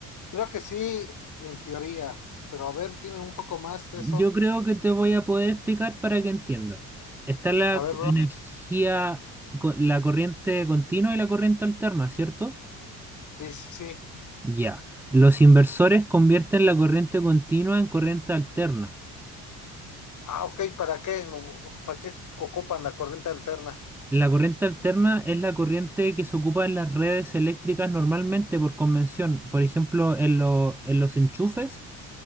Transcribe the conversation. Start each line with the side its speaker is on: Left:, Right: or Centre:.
Left: creo que sí, en teoría. Pero a ver, dime un poco más de
Centre: Yo
Left: eso.
Centre: creo que te voy a poder explicar para que entiendas. Está la
Left: A ver, bro.
Centre: energía, co- la corriente continua y la corriente alterna, ¿cierto?
Left: Sí, sí, sí.
Centre: Ya. Los inversores convierten la corriente continua en corriente alterna.
Left: Ah, ok, ¿para qué? ¿Para qué ocupan la corriente alterna?
Centre: La corriente alterna es la corriente que se ocupa en las redes eléctricas normalmente por convención. Por ejemplo, en, lo- en los enchufes,